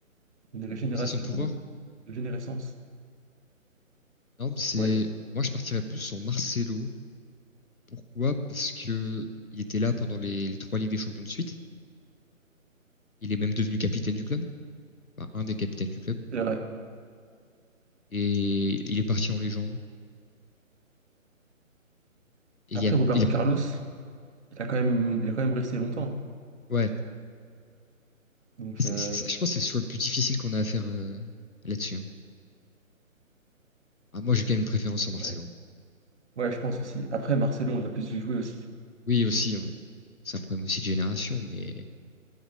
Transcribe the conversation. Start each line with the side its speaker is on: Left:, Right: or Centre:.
Right: une régénération,
Left: passation de pouvoir.
Right: une régénérescence.
Left: Non, mais c'est
Right: Ouais,
Left: moi, je partirais plus sur Marcelo. Pourquoi? Parce que il était là pendant les, les trois Ligues des Champions de suite. Il est même devenu capitaine du club, Enfin, un des capitaines du club.
Right: c'est vrai.
Left: et il est parti en légende. Et
Right: Après,
Left: il y a,
Right: Roberto
Left: il a-
Right: Carlos, il a quand même, il a quand même resté longtemps.
Left: ouais,
Right: Donc,
Left: c'est-
Right: euh,
Left: c'est- c'est- je pense que c'est sur le plus difficile qu'on a à faire euh, là-dessus. hein. Ah, moi, j'ai quand même une préférence en Marcelo.
Right: ouais. Ouais, je pense aussi. Après, Marcelo, on l'a plus vu jouer aussi.
Left: Oui, aussi, euh, c'est un problème aussi de génération, mais